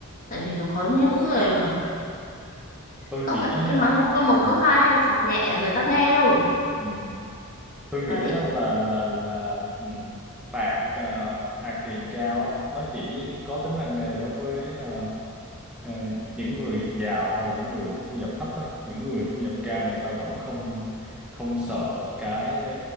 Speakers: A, on the left; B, in the centre.
A: tại vì là có những người mà
B: tôi
A: không
B: nghĩ
A: phải
B: á,
A: cứ nói câu một
B: ừ.
A: câu hai hay là phạt nhẹ người ta nghe đâu
B: Ừ. tôi nghĩ
A: đấy
B: á là là là ừ. phạt ờ, phạt tiền cao á nó chỉ có tính răn đe đối với ờ, ờ, những người giàu hoặc là những người thu nhập thấp á những người thu nhập cao người ta vẫn không không sợ cái